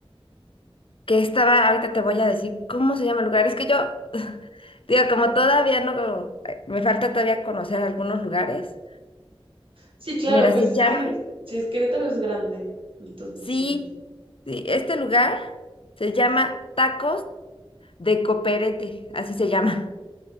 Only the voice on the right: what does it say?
Sí, claro,
pues
es
que si es Querétaro es grande, entonces
sí.